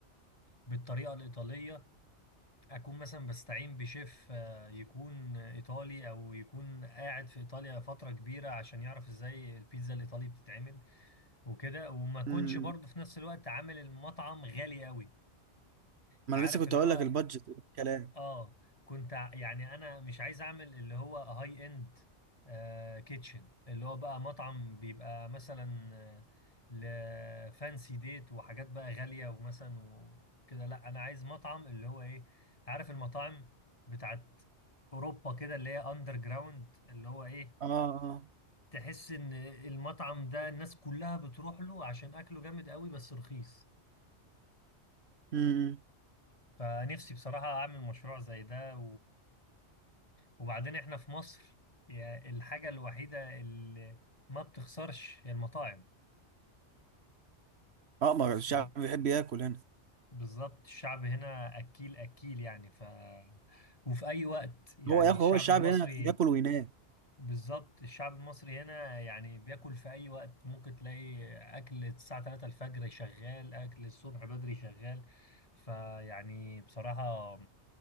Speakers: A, on the left (about 30°); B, on the right (about 65°).
A: بالطريقة الإيطالية اكون مثلا بستعين بشيف آه، يكون ايطالي او يكون قاعد في ايطاليا فتره كبيره عشان يعرف ازاي البيتزا الايطالي بتتعمل وكده وما اكونش
B: مم.
A: برضه في نفس الوقت عامل المطعم غالي قوي
B: ما
A: عارف
B: انا لسه كنت
A: اللي
B: اقول
A: هو
B: لك البادجت كلام
A: اه كنت ع- يعني انا مش عايز اعمل اللي هو هاي اند كيتشن اللي هو بقى مطعم بيبقى مثلا آه، لفانسي ديت وحاجات بقى غالية ومثلا وكده لا انا عايز مطعم اللي هو ايه عارف المطاعم بتاعت اوروبا كده اللي هي اندر جراوند اللي هو ايه
B: اه اه
A: تحس ان المطعم ده الناس كلها بتروح له عشان اكله جامد قوي بس رخيص
B: مم.
A: فنفسي بصراحة اعمل مشروع زي ده وبعدين احنا في مصر يعني الحاجة الوحيدة اللي ما بتخسرش هي المطاعم
B: اه ما الشعب
A: يعني
B: بيحب ياكل هنا
A: بالظبط الشعب هنا أكيل أكيل يعني ف وفي أي وقت يعني
B: هو ياكل
A: الشعب
B: هو الشعب
A: المصري
B: هنا ياكل وينام
A: بالظبط الشعب المصري هنا يعني بياكل في أي وقت ممكن تلاقي أكل الساعة 3 الفجر شغال أكل الصبح بدري شغال فيعني بصراحة